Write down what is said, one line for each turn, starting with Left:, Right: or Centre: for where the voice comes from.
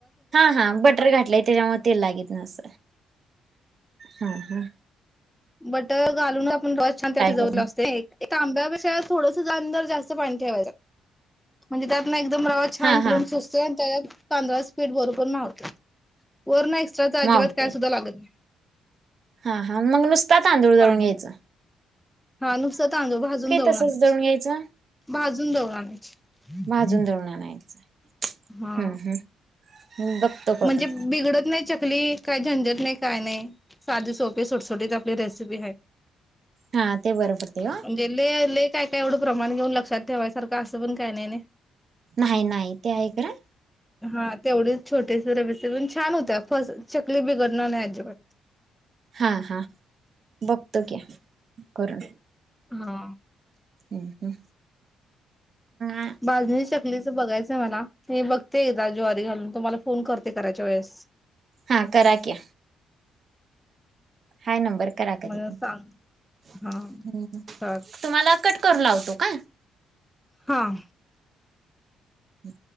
Right: हा हा बटर घाातलं त्याच्यामुळे तेल लागीत नाही अस. हम् हम्.
Centre: ब बटर घालून आपण छान त्यात शिजवलं
Right: करून
Centre: असतोय ताब्यापेक्षा थोडांस जास्त पाणी ठेवायचं म्हणजे त्यांतन एकदम रावा छान
Right: हा हा
Centre: बून सुचते. त्याज्यात तांदळाचं पीट बरोबर माप, वर नाही. कचा अजिबात
Right: मावतय
Centre: काय सुद्धा लागत नाही.
Right: हा. हा मग नुसतात तांदुळ जळून
Centre: पाणी
Right: घ्यायचं.
Centre: हा नुसत तांदुळ भाजून दळुन
Right: तसंच
Centre: आनायची
Right: दळून घ्यायचं
Centre: भाजून दळून आनायची. <unintelligible>
Right: भाजून दळून आणायचं.
Centre: हा.
Right: हम्म हम्म बघतो करून.
Centre: म्हणजे बिघडत नाही च कली. काय झंझट नाही, काय नाही साधे सोपी सुटसुटीत आपली रे सीपी आहे.
Right: हा ते बरं पडते हो.
Centre: म्हणजे लय लय काय काय एवढं प्रमाण घेऊन लक्षात ठेवायसारं असं पण काय नाही नाही.
Right: नाही नाही ते आहे खरं.
Centre: हा तेवढी छोटेस <unintelligible> छान होत्या फस चकली बिघडणार नाही अजिबात.
Right: हा हा बघतो कि करून.
Centre: हा.
Right: हम्म हम्म मग
Centre: भाजणी चक लीच बघायचंय मला मी बघते एकदा ज्वारी घालून तुम्हाला फोन करते करायच्या वेळेस.
Right: हा करा कि. हाय नंबर करा कधी
Centre: मला
Right: पण
Centre: सांग हा
Right: ह
Centre: चाल
Right: तुम्हाला कट करू लावतो काय.
Centre: हा.
Right: ह.